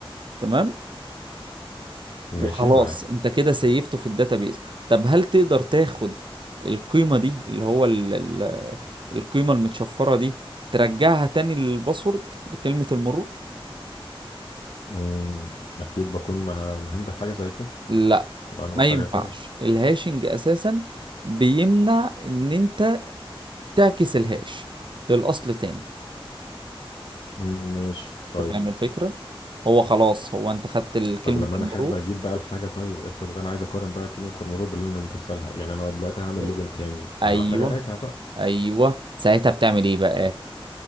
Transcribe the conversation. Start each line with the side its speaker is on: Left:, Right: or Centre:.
Right: تمام
Left: ماشي
Right: وخلاص
Left: معاك
Right: انت كده سيفته في الداتابيز طب هل تقدر تاخد القيمة دي اللي هو ال... ال... القيمة المتشفرة دي ترجعها تاني للباسورد لكلمة المرور
Left: مم. اكيد بكون مه- مهندل حاجة زي كده
Right: لا
Left: لو انا
Right: ما
Left: محتاجة
Right: ينفعش
Left: ترجع
Right: الهاشنج اساسا بيمنع ان انت تعكس الهاش للأصل تاني
Left: مم، ماشي طيب
Right: أنت فاهم الفكرة؟ هو خلاص هو أنت خدت ال- كلمة
Left: طب لما انا
Right: المرور
Left: احب اجيب بقى الحاجة طيب افرض انا عايز اقارن بقى كلمة المرور باللي انا مدخلها يعني انا دلوقتي هعمل
Right: أي-
Left: لوجن تاني
Right: أيوه
Left: ما انا محتاج اراجع بقى
Right: أيوه ساعتها بتعمل إيه بقى؟